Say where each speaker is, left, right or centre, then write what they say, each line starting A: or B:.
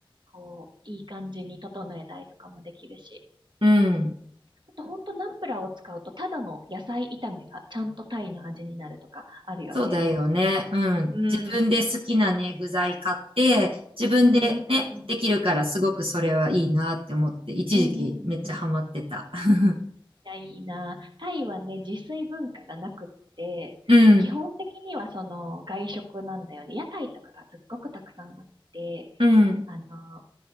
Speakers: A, on the right; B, on the right.
A: こう、いい感じに整えたりとかもできるし。
B: うん。
A: あと、ほんとナンプラーを使うと、ただの野菜炒めがちゃんとタイの味になるとかあるよね。
B: そうだよね。うん。
A: う
B: 自分で好きなね、
A: ん。
B: 具材買って、自分でね、
A: うんうんうん。
B: できるからすごくそれはいいなって思って、一時期めっちゃハマってた。
A: うんうんうん。
B: <laughs>
A: いや、いいな。タイはね、自炊文化がなくって、
B: うん、
A: 基本的にはその外食なんだよね。屋台とかがすっごくたくさんあって、
B: うん、
A: あの、